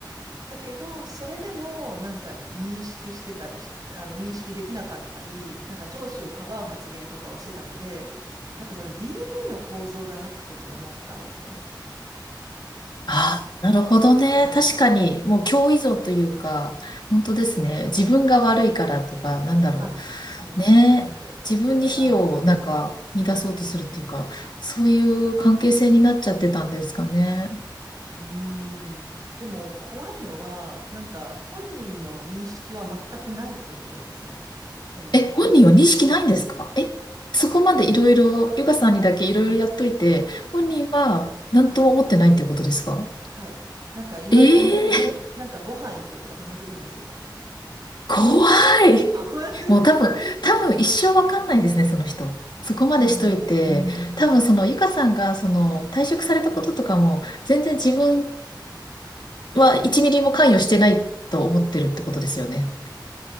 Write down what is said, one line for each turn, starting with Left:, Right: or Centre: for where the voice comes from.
Right: だけど、それでもなんか認識してたりし、あの認識できなかったり、なんか上司をかばう発言とかをしてたので、なんかその DV の構造だなってちょっと思ったんですよね。
Left: ああ、なるほどね。
Right: 会ったことはないですけど。
Left: 確かに、もう共依存というか、本当ですね。自分が悪いからとか、
Right: はい。
Left: なんだろ
Right: あ、そうです、
Left: う。ねえ、
Right: そうです。
Left: 自分に火をなんか逃出そうとするっていうか、
Right: だから、はい。
Left: そういう関係性になっちゃってたんですかね。
Right: うーん。でも怖いのは、なんか本人の認識は全くないってところですね。その上司に。
Left: え、本人は認識ないんですかえ、そこまでいろいろ、ゆかさんにだけいろいろやっといて、
Right: あ、
Left: 本人は何とも思ってないっていうことですか
Right: はい。はい。なんかいまだに、
Left: ええー
Right: なんかご飯行こうとか誘ってくるんですよ。
Left: 怖い。
Right: <laughs> マジ
Left: もう多分、多分一生わかんないですね、その人。そこまでしといて、
Right: おー
Left: 多分そのゆかさんがその退職されたこととかも全然自分
Right: はい。
Left: は1ミリも関与してないと思ってるってことですよね。